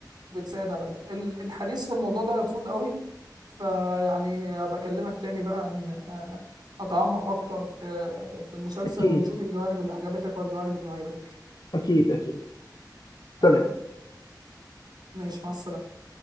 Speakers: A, on the right; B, on the left.
A: بتساعد على ده ال- الحديث في الموضوع ده يطول قوي فيعني ابقى اكلمك تاني بقى ان آه، نتعمق اكتر في في المسلسل
B: اكيد
A: ونشوف الجوانب اللي عجبتك والجوانب اللي ما عجبتكش
B: اكيد اكيد
A: اكيد
B: سلام
A: ماشي مع السلامة